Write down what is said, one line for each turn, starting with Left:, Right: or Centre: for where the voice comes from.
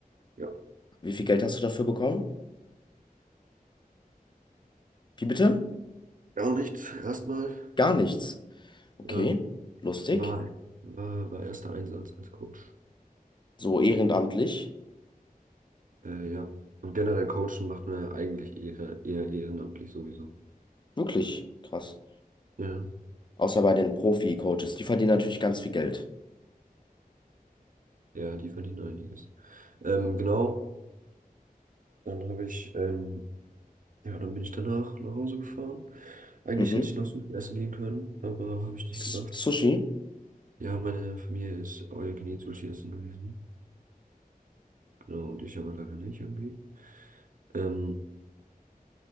Right: Ja.
Left: Wie viel Geld hast du dafür bekommen? Wie bitte?
Right: Gar nichts, erstmal.
Left: Gar nichts. Okay,
Right: Ja,
Left: lustig.
Right: war, war, war erster Einsatz als Coach.
Left: So ehrenamtlich.
Right: Äh, ja. Und generell coachen macht man ja eigentlich eher, eher ehrenamtlich sowieso.
Left: Wirklich krass.
Right: Ja.
Left: Außer bei den Profi-Coaches. Die verdienen natürlich ganz viel Geld.
Right: Ja, die verdienen einiges. Ähm, genau, dann habe ich, ähm, ja, dann bin ich danach nach Hause gefahren. Eigentlich
Left: Mhm.
Right: hätte ich noch Sushi essen gehen können, aber habe ich nicht
Left: S
Right: gemacht.
Left: Sushi.
Right: Ja, meine Familie ist all you can eat Sushi essen gewesen. Genau, und ich aber leider nicht irgendwie. Ähm,